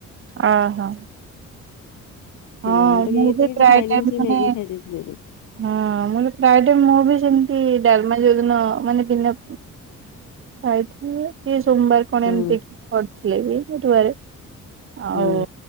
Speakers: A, on the right (about 45°); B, on the left (about 75°).
A: ଓ ହୋ।
B: ପିଲାମାନେ
A: ହଁ
B: ତ କେହି
A: ମୁଁ
B: ଏତେ
A: ବି
B: କିଛି
A: ପ୍ରାୟ
B: ଖାଇଲେନି
A: ଟାଇମ
B: ସେ
A: ମାନେ
B: ମ୍ୟାଗି ଖାଇ ଦେଇେଇଥିଲେ ଯେ।
A: ହଁ ମୋ ପ୍ରାୟଟ ମୁଁ ବି ସେମିତି ଡାଲମା ଯୋଉଦିନ ମାନେ ବିନା <inaudible> ସୋମବାର କଣ
B: ହୁଁ
A: ଏମିତି ଥିଲେ ବି <inaudible> ଆଉ
B: ହୁଁ।